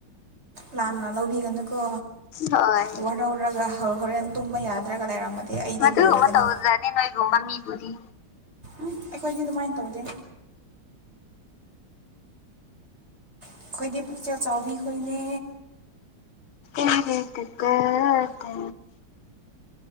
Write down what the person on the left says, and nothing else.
ꯍꯣꯏ
ꯃꯗꯨ
ꯃ ꯍꯧꯖꯗꯦ ꯅꯣ ꯏꯒꯨꯝꯕ ꯃꯤꯕꯨꯗꯤ
ꯑꯦꯔ ꯇ ꯇ ꯇ